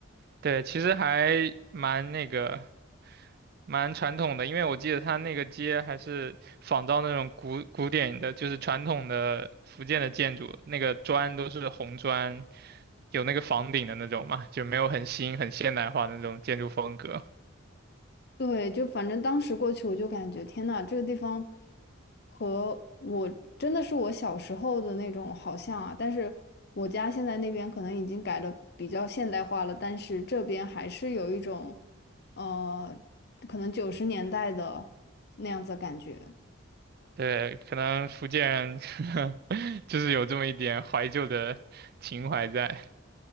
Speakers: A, on the right; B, on the left.
A: 对，其实还蛮那个，蛮传统的，因为我记得它那个街还是仿照那种古古典的，就是传统的福建的建筑，那个砖都是红砖，有那个房顶的那种嘛，就没有很新很现代化的那种建筑风格。
B: 对，就反正当时过去，我就感觉天呐，这个地方和我真的是我小时候的那种好像啊。但是我家现在那边可能已经改的比较现代化了，但是这边还是有一种，呃，可能九十年代的那样子的感觉。
A: 对，可能福建人 <laughs> 就是有这么一点怀旧的情怀在。